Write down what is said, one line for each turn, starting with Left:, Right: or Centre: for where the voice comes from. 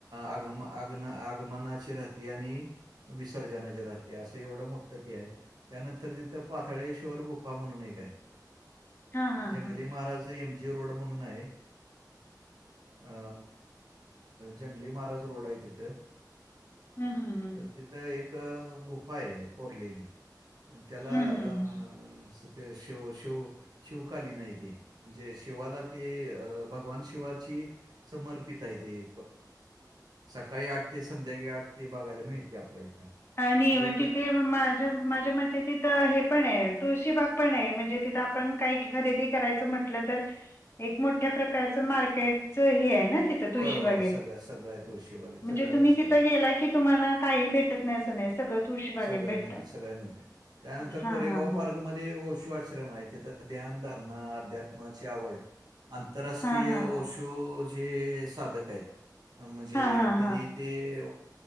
Right: आगम आग्न आगमनाची राहते. आणि विसर्जनाची राहते. असं एवढं मोठं ती आहे. त्यानंतर तिथं पाथळेश्वर गुफा म्हणून एक आहे.
Left: हां हां
Right: जंगली
Left: हां
Right: महाराज- एमजी रोड म्हणून आहे. अ जंगली महाराज रोड आहे. तिथं
Left: हम्म हम्म हम्म
Right: तर तिथं एक गुफा आहे कोरलेली. त्याला
Left: हम्म
Right: अं
Left: हम्म हम्म
Right: ते शिव शिव- शिवकालीन आहे. ते म्हणजे शिवाला ते अ भगवान शिवाची- समर्पित आहे ते सकाळी आठ ते संध्याकाळी आठ ते बघायला मिळते आपल्याला.
Left: आणि
Right: परत
Left: व तिथे माझ माझ्या मते तिथं हे पण आहे तुळशी बाग पण आहे म्हणजे तिथ आपण काही खरेदी करायचं म्हटलं तर एक मोठ्या प्रकारचा मार्केटच हे आहे न ते
Right: होय,
Left: तुळशीबागेत
Right: होय. सगळं, सगळं आहे तुळशीबागेत.
Left: म्हणजे
Right: सगळं
Left: तुम्ही
Right: मिळतं.
Left: तिथ गेला कि तुम्हाला काही भेटत नाही अस नाही <unintelligible>
Right: सगळ
Left: भेटतं.
Right: मिळते सगळ्या मिळते त्यानंतर
Left: हा
Right: कोरेगाव
Left: हा हा
Right: पार्कमध्ये. श्श्रम आहे तेिथ ध्यान धारणा अध्यात्माची आवड. आंतरराष्ट्रीय
Left: हा हा
Right: ओशो जे साधक आहेत म्हणजे
Left: हा हा हा
Right: त्यांनी.
Left: हा.
Right: ते